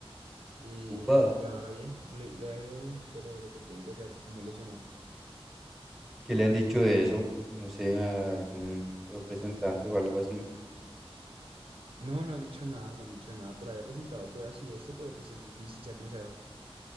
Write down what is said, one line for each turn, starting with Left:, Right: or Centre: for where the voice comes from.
Right: Y
Centre: Upa,
Right: le va bien, le, le ha ido bien, pero lo que te digo, ya como me he lesionado.
Centre: ¿qué le han dicho de eso? No sé, a algún representante o algo así.
Right: No, no han dicho nada, no han dicho nada. Por ahí ha presentado pruebas y esto, pero pues es difícil, sea como sea.